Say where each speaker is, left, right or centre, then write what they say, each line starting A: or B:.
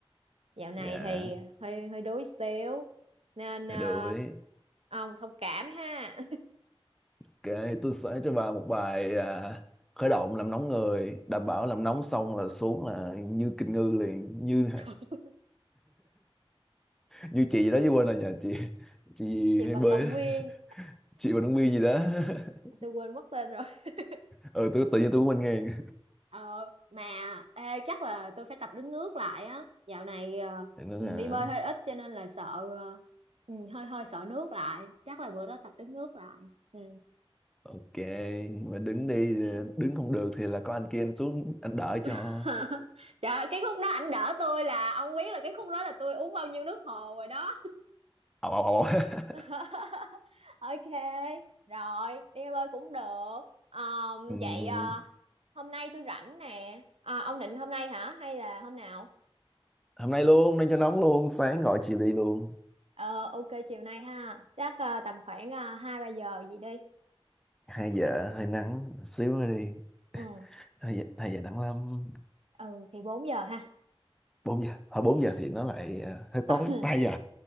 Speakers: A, on the right; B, in the centre.
A: Dạo này
B: Dạ,
A: thì hơi hơi đuối xíu nên ờ,
B: phải đuổi.
A: ông thông cảm ha.
B: Ok, tôi sẽ cho bà một bài à, khởi động làm nóng người, đảm bảo làm nóng xong là xuống là như kinh ngư liền, như
A: <laughs>
B: như chị gì đó chứ quên rồi nhà chị chị gì
A: Chị
B: hay
A: vận
B: bơi
A: động
B: á,
A: viên,
B: <laughs> chị và ứng viên gì đó. <laughs>
A: tôi quên mất tên rồi. <laughs>
B: ừ tôi tự nhiên tôi cũng bên ngang
A: Ờ mà ê, chắc là tôi phải tập đứng nước lại á. Dạo này ờ,
B: Thì nó
A: ừ,
B: là
A: đi bơi hơi ít cho nên là sợ ờ, ừ, hơi hơi sợ nước lại. Chắc là bữa đó tập đứng nước lại. Ừ.
B: ok mà đứng
A: Ừ,
B: đi
A: hơi ngán.
B: đứng không được thì là có anh kia anh xuống anh đợi cho
A: <laughs> Trời ơi, cái khúc đó ảnh đỡ tôi là ông biết là cái khúc đó là tôi uống bao nhiêu nước hồ rồi đó.
B: ầu ầu ầu ầu. <laughs>
A: <laughs> ok rồi đi bơi cũng được Ờm,
B: Ừm,
A: vậy ờ, hôm nay tôi rảnh nè à, ông định hôm nay hả hay là hôm nào
B: hôm nay luôn hôm nay cho nóng luôn sáng gọi chiều đi luôn
A: ờ ok chiều nay ha chắc ờ, tầm khoảng ờ, hai ba giờ gì đi
B: hai giờ hơi nắng xíu nữa đi
A: ừ
B: hai giờ, hai giờ nắng lắm
A: ừ thì bốn giờ ha
B: bốn giờ hồi bốn giờ thì nó lại à, hơi
A: <coughs>
B: tối ba giờ